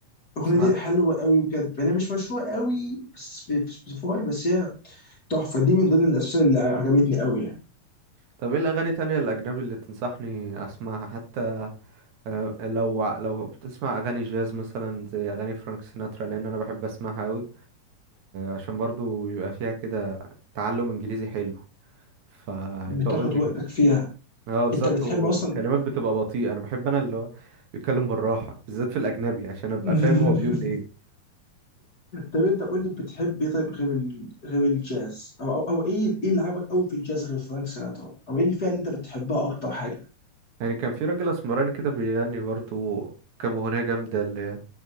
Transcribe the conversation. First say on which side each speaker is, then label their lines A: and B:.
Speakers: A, on the left (about 35°); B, on the right (about 65°).
A: الاغنيه
B: سمعت
A: دي حلوه قوي بجد يعني مش مشهوره قوي بس- في في سبوتيفاي بس هي تحفه دي من ضمن الاسئله اللي عجبتني قوي يعني
B: طب ايه الاغاني تانية الاجنبي اللي تنصحني اسمعها حتى آه، لو ع- لو بتسمع اغاني جاز مثلا زي اغاني فرانك سيناترا لان انا بحب اسمعها قوي عشان برضو بيبقى فيها كده تعلم انجليزي حلو فبقول
A: بتاخد
B: لي
A: وقتك
B: كده
A: فيها
B: اه بالظبط
A: انت بتحب
B: وكلمات
A: اصلا
B: بتبقى بطيئة انا بحب انا اللي هو بيتكلم بالراحة بالذات في الاجنبي عشان ابقى
A: <laughs>
B: فاهم هو بيقول ايه
A: طب انت قول لي بتحب ايه طيب غير ال... غير الجاز او او, أو ايه ايه اللي عجبك قوي في الجاز غير فرانك سيناترا او ايه الفئه اللي انت بتحبها اكتر حاجه
B: يعني كان في راجل اسمراني كده بيغني برضو كام اغنية جامدة اللي